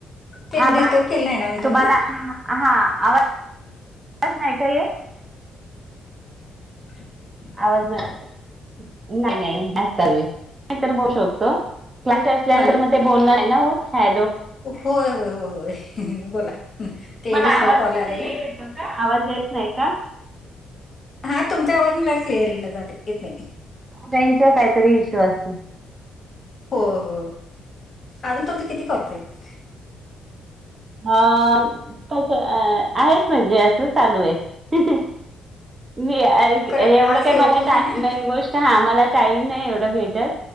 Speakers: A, on the left; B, on the right.
A: तेच
B: हा
A: डिस्टर्ब
B: बा
A: केलं नाही मी तुम्हांला?
B: तुम्हाला हा आवाज आवाज नाही का येत.
A: <inaudible>
B: आवाज नाही नाही असता नाही <inaudible> होऊ शकतो क्लाइंट असल्यानंतर
A: हॅलो
B: मग ते बोलणं नाही ना होत. हॅलो!
A: होय होय होय बोला ते
B: तुम्हाला
A: दुसरं
B: आवाज
A: कॉल आलेला.
B: येतो आवाज येत नाही का?
A: हा तुमचा आवाज क्लिअर येईना झालाय येत नाही.
B: ताईंचा काहीतरी विश्वास.
A: हो हो अजून तुमचे किती कॉल्स आहेत.
B: अ हे आहेत म्हणजे असं चालू आहे. मी एवढं
A: कर आज
B: काय
A: शेवट
B: मला
A: दिवस
B: टाईम
A: आहे ना
B: नाय गोष्टी. हा मला टाईम नाही एवढं भेटत